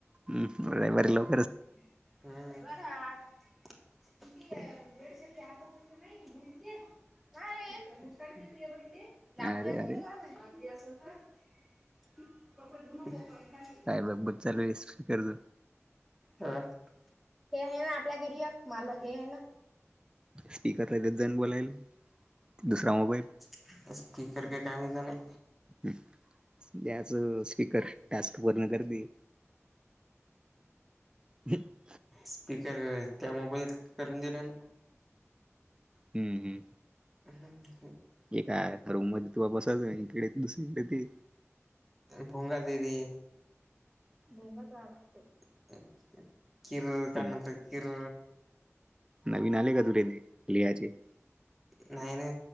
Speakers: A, on the right; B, in the centre.
A: हम्म, म रविवारी लव
B: <unintelligible> <unintelligible> हा हे
A: का
B: लांबली
A: अरे अरे
B: असल तर काय माहित? कपडे धुवून ठेव काय हे.
A: काय बघ. बचे चालीस कर्ज.
B: ह हे आहे ना आपल्या घरी या मला घ्यायला.
A: स्पीकरला देत जा ना बोलायले दुसरा मोबाईल.
B: स्पीकर काय कामाचा नाही.
A: त्याच स्पीकर टास्क पूर्ण कर ती. <unintelligible>
B: स्पीकर त्या मोबाईलत करून दिले ना.
A: हम्म हम्म.
B: हम हम.
A: एका रूम मध्ये तु बसवायच नाही. इकडे दुसरीकडे ते
B: पाहून घ्या ते भी पाहून झालं आमचं. किर
A: ते
B: कानातल किर.
A: नवीन आले का तुले ते लिहाचे.
B: नाही ना.